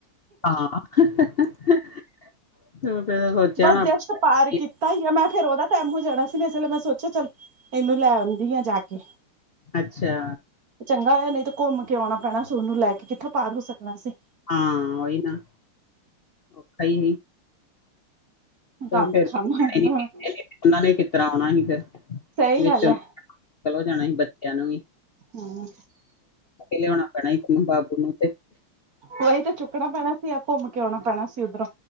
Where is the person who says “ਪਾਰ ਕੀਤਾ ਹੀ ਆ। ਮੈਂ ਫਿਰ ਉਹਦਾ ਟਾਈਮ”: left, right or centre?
Right